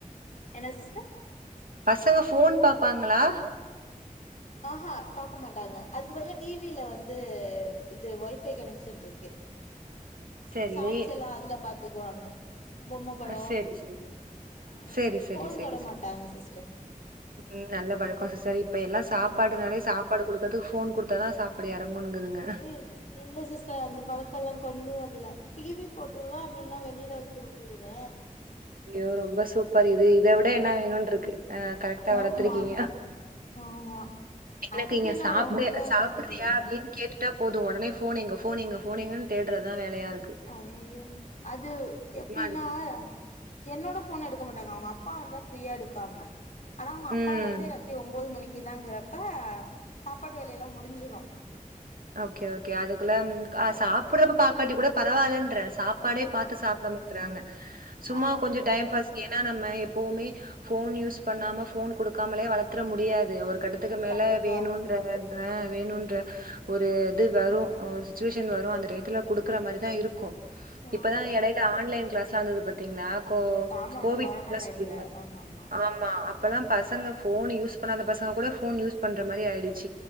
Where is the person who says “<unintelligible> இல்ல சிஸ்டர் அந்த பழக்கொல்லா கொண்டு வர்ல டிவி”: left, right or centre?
Left